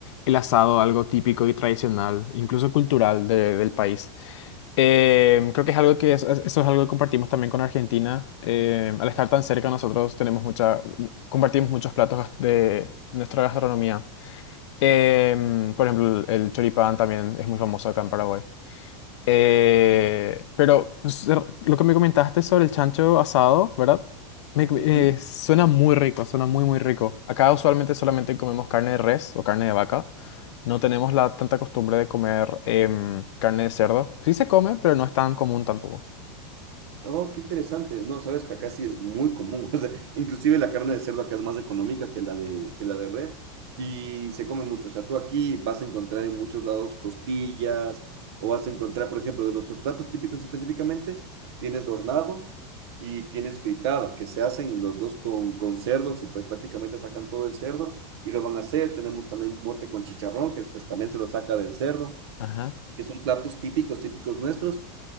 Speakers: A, on the left (about 70°); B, on the right (about 60°).
A: el asado algo típico y tradicional, incluso cultural de- del país. Eh, creo que es algo que es- es- eso es algo que compartimos también con Argentina. Eh, al estar tan cerca, nosotros tenemos mucha, compartimos muchos platos gas- de nuestra gastronomía. Em, por ejemplo, el, el choripán también es muy famoso acá en Paraguay. Eh, pero pues, er- lo que me comentaste sobre el chancho asado, ¿verdad? Me-
B: Ujú.
A: eh, suena muy rico, suena muy, muy rico. Acá usualmente solamente comemos carne de res o carne de vaca. No tenemos la tanta costumbre de comer em, carne de cerdo. Sí se come, pero no es tan común tampoco.
B: Oh, qué interesante. No, sabes que acá sí es muy común. <laughs> O sea, inclusive la carne de cerdo acá es más económica que la de, que la de res y se come mucho. O sea, tú aquí vas a encontrar en muchos lados costillas o vas a encontrar, por ejemplo, de nuestros platos típicos específicamente, tienes hornado y tienes fritada, que se hacen los dos con, con cerdos y pues prácticamente sacan todo el cerdo y lo van a hacer. Tenemos también un mote con chicharrón, que pues también se lo saca del cerdo,
A: Ajá.
B: que son platos típicos, típicos nuestros